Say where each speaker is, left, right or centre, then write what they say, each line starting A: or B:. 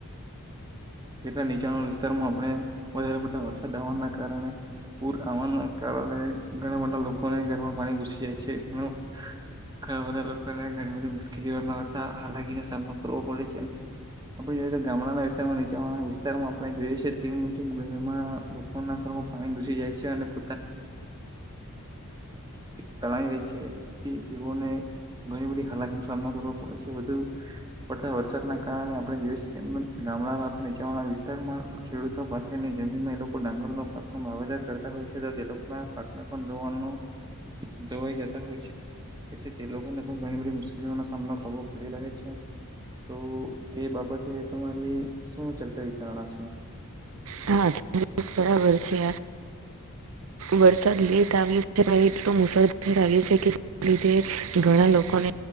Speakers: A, on the right; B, on the right.
A: એટલા નીચાણળ વિસ્તારમાં આપડે વધારે પડતા વરસાદ આવવાના કારણે પૂર આવવાના કારણે ઘણા બધા લોકોને ઘરમાં પાણી ઘુસી જાય છે, ઘણા ઘણા બધા લોકોને ઘણી બધી મુશ્કેલીઓ તા હાલાકીનો સામનો કરવો પડે છે. આપડે જેવી રીતે ગામડાના વિસ્તાર માં નીચે નીચાણવાળા વિસ્તારમાં આપણે જોઈએ છએ તે મુજબ ઘરમાં લોકોના ઘરમાં પાણી ઘુસી જાય છે અને <inaudible> તણાય જાય છે તેથી તેઓને ઘણી બધી હાલાકીનો સામનો કરવો પડે છે વધુ પડતા વરસાદના કારણે આપડે જોઈ શકીએ ગામડાના નીચાવાળા વિસ્તારમાં ખેડૂતો પાસેની જમીનમાં એ લોકો ડાંગરનો પાકનો વાવેતર કરતા હોય છે તે લોકો- માં પાકને પણ દોવાનો ધોવાઈ જતા હોય છે. અચ્છા તે લોકોને પણ ઘણી બધી મુશ્કેલીઓનો સામનો કરવો પડી રહે છે. તો તે બાબતે તમારે શું ચર્ચા વિચારણા છે?
B: હા <inaudible> બરાબર છે. વરસાદ લેટ આવ્યો છે એટલો મુશળધાર આવ્યો છે કે લીધે ઘણા લોકોને